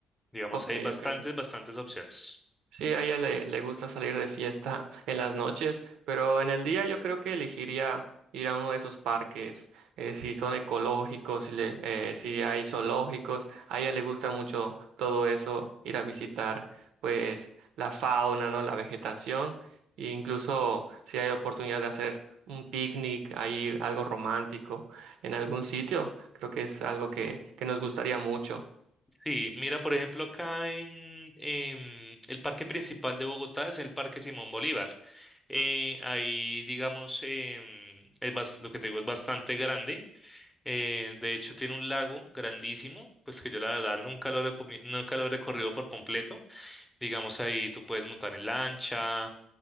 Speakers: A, in the centre; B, on the right.
A: Digamos,
B: Ok,
A: hay bastantes,
B: ok.
A: bastantes opciones.
B: Sí, a ella le, le gusta salir de fiesta en las noches, pero en el día yo creo que elegiría ir a uno de esos parques, eh, si son ecológicos, si, le- eh, si hay zoológicos, a ella le gusta mucho todo eso, ir a visitar pues la fauna, ¿no? La vegetación, e incluso si hay oportunidad de hacer un picnic ahí, algo romántico en algún sitio, creo que es algo que, que nos gustaría mucho.
A: Sí, mira, por ejemplo, acá en, em, el parque principal de Bogotá es el Parque Simón Bolívar. Eh, ahí, digamos, em, es bas- lo que te digo es bastante grande. Eh, de hecho, tiene un lago grandísimo, pues que yo la verdad nunca lo, he recomi- nunca lo he recorrido por completo. Digamos, ahí tú puedes montar en lancha,